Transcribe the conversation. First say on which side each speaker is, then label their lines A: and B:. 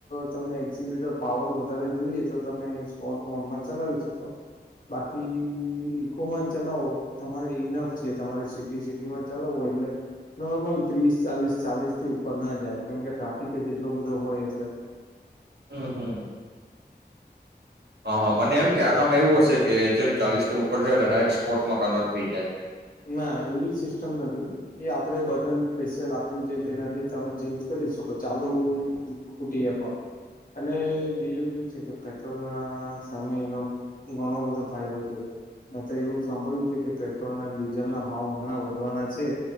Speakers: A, on the left (about 50°); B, on the right (about 70°).
A: તમને એક્સિલેટર પાવર વધારે જોઈએ તો તમે સ્પોર્ટ મોડમાં ચલાવી શકો. બાકી ઈકોમાં જ ચલાવો તમારે ઈનફ છે. તમારે સિટી સિટીમાં ચલાવો એટલે નોર્મલ ત્રીસ ચાલીસ ચાલીસ થી ઉપર ના જાય કેમકે ટ્રાફિક જ એટલો બધો હોય એટલે
B: હમ હમ હહ હહ મને એમ કે આનામાં એવું હશે કે જેમ ચાલીસ થી ઉપર જાય એટલે ડાયરેક્ટ સ્પોટમાં કન્વર્ટ થઈ જાય.
A: ના એવી સિસ્ટમ નથી એ આપણે બટન પેશિયલ આપ્યું છે તેનાથી તમે ચેન્જ કરી શકો ચાલુ તૂટીએ પણ અને બીજું એ છે કે પેટ્રોલ ના સામે એનો ઘણો બધો ફાયદો છે મેં તો એવું સાંભળ્યું છે કે પેટ્રોલના ડી ડીઝલના ભાવ હમણાં વધવાના છે